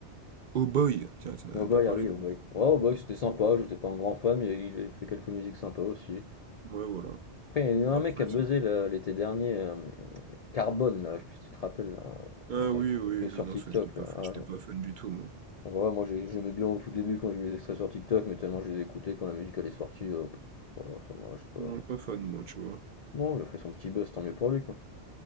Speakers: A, on the right (about 55°); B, on the left (about 65°).
A: Oh Boy! Tiens, tu n'as
B: Oh
A: même
B: boy,
A: pas parlé
B: ah oui,
A: de
B: oh boy. Ouais, oh boy, c'était sympa. J'étais pas un grand fan, mais il a fait quelques musiques sympas aussi.
A: ouais, voilà.
B: Après, il y a un
A: Après
B: mec qui a buzzé
A: c'est
B: là, l'été dernier, euh, Carbone, là, je sais pas si tu te rappelles, là.
A: ah
B: On entendait
A: oui, oui,
B: que sur
A: ah non,
B: TikTok,
A: ça, j'étais pas
B: là.
A: fan
B: Ah,
A: j'étais
B: je-
A: pas fan du tout, moi.
B: Ouais, moi, j'ai- j'aimais bien au tout début quand j'ai vu les extraits sur TikTok, mais tellement je les écoutais quand la musique elle est sortie, euh, ouais, ça m'a- je sais pas.
A: Non, pas fan, moi, tu vois?
B: Non, il a fait son petit buzz, tant mieux pour lui, quoi.